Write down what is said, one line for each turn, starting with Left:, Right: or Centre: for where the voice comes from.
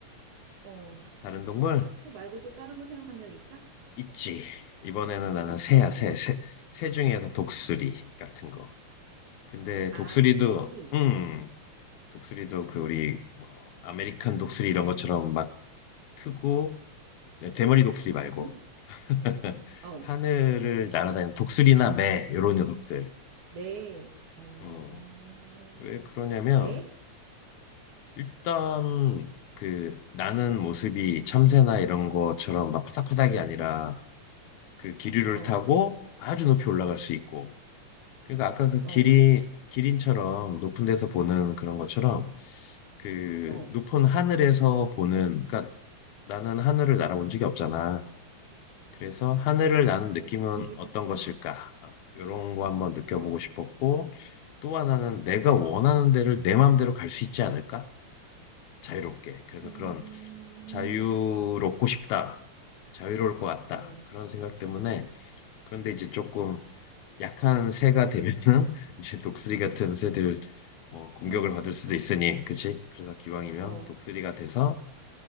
Right: 어,
Left: 다른 동물
Right: 소 말고 또 다른 거 생각한 적 있어?
Left: 있지. 이번에는 나는 새야
Right: 어떤
Left: 새,
Right: 거?
Left: 새, 새 중에서 독수리 같은 거. 근데
Right: 아,
Left: 독수리도
Right: 독수리?
Left: 음 독수리도 그 우리 뭐 아메리칸 독수리 이런 것처럼 막 크고 네, 대머리 독수리 말고
Right: 응?
Left: <laughs>
Right: 어,
Left: 하늘을 날아다니는 독수리나 매 이런 녀석들.
Right: 매, 어,
Left: 음, 왜 그러냐면
Right: 왜?
Left: 일단 그 나는 모습이 참새나 이런 것처럼 막 파닥파닥이 아니라 그 기류를
Right: 어,
Left: 타고 아주 높이 올라갈 수 있고 그러니까 아까 그
Right: 어,
Left: 기린 기린처럼 높은 데서 보는 그런 것처럼 그
Right: 어,
Left: 높은 하늘에서 보는 그러니까 나는 하늘을 날아본 적이 없잖아. 그래서 하늘을
Right: 그치.
Left: 나는 느낌은
Right: 비행기
Left: 어떤
Right: 타, 응,
Left: 것일까? 이런 거 한번 느껴보고
Right: 어,
Left: 싶었고, 또 하나는 내가 원하는 데를 내 마음대로 갈 수 있지 않을까? 자유롭게. 그래서
Right: 음,
Left: 그런 자유롭고 싶다. 자유로울 것 같다.
Right: 어,
Left: 그런 생각 때문에. 그런데 이제 조금 약한 새가 되면은 <laughs> 이제 독수리 같은 새들 뭐 공격을
Right: 잡아먹히니까?
Left: 받을 수도 있으니, 그치? 그래서 기왕이면
Right: 어,
Left: 독수리가 돼서